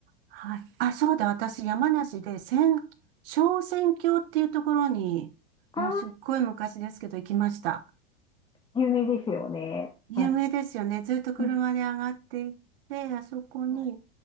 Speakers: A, on the right; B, on the left.
A: はい。あ、そうだ、私、山梨で、千、小仙峡っていうところに、
B: ああ、
A: もうすっごい昔ですけど、行きました。
B: 有名ですよね。
A: 有名ですよね。
B: あの、
A: ずっと車で上がっていって、
B: うん、
A: あそこに、
B: はい。